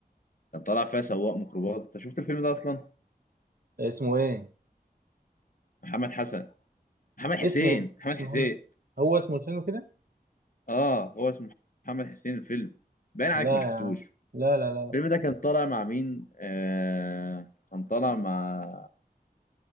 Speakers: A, on the left; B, on the right.
A: كان طالع فيها سواق ميكروباص انت شفت الفيلم ده اصلا
B: اسمه ايه
A: محمد حسن محمد حسين
B: اسمه
A: محمد
B: اسمه
A: حسين
B: محمد هو اسمه الفيلم كده
A: اه هو اسمه محمد حسين الفيلم باين عليك
B: لا
A: ما شفتوش
B: يا عم لا لا لا لا
A: الفيلم ده كان طالع مع مين آه كان طالع مع